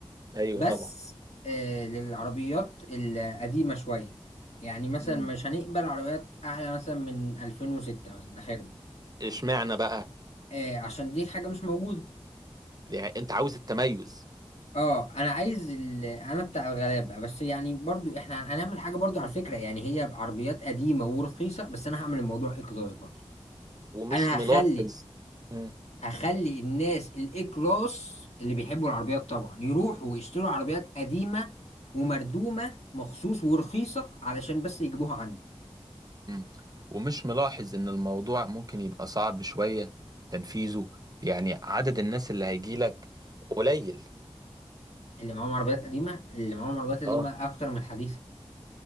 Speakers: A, on the right; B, on the left.
A: ايوه
B: بس
A: طبعا
B: آه، للعربيات القديمة شوية يعني مثلا
A: امم
B: مش هنقبل عربيات اعلى مثلا من 2006 مثلا اخرنا
A: اشمعنى بقى
B: آه، عشان دي حاجة مش موجودة
A: يعني انت عاوز التميز
B: اه انا عايز ال... انا بتاع الغلابه بس يعني برضو احنا هنعمل حاجه برضو على فكره يعني هي بعربيات قديمه ورخيصه بس انا هعمل الموضوع اي كلاس برضو
A: ومش
B: انا
A: ملاحظ
B: هخلي
A: مم.
B: هخلي الناس الاي كلاس اللي بيحبوا العربيات طبعا يروحوا ويشتروا عربيات قديمه ومردومه مخصوص ورخيصه علشان بس يجيبوها عندي
A: مم. ومش ملاحظ ان الموضوع ممكن يبقى صعب شوية تنفيذه يعني عدد الناس اللي هيجيلك قليل
B: اللي معاهم عربيات قديمه اللي معاهم عربيات قديمه
A: اه
B: اكتر من الحديثه